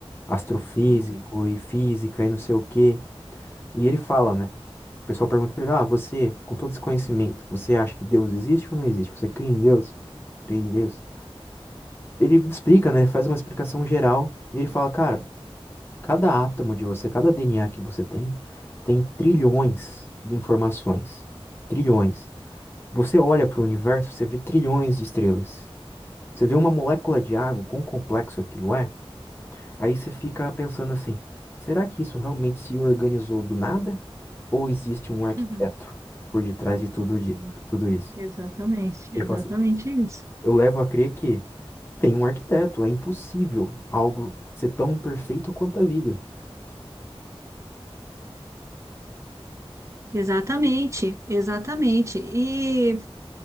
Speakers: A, on the left; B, on the right.
A: astrofísico
B: Sim, sim.
A: e física e não sei o quê. E ele fala, né? O pessoal pergunta pra ele: Ah, você, com todo esse conhecimento, você acha que Deus existe ou não existe? Você crê em Deus? Crê em Deus? Ele explica, né? Ele faz uma explicação geral e ele fala: Cara, cada átomo de você, cada DNA que você tem, tem trilhões de informações. Trilhões. Você olha para o universo, você vê trilhões de estrelas. Você vê uma molécula de água, quão complexo aquilo é. Aí você fica pensando assim: será que isso realmente se organizou do nada? Ou existe um arquiteto
B: <laughs>
A: por detrás de tudo, de,
B: Sim,
A: tudo isso?
B: exatamente,
A: Ele
B: exatamente
A: fala assim:
B: isso.
A: eu levo a crer que tem um arquiteto, é impossível algo ser tão perfeito quanto a vida.
B: Exatamente, exatamente. E,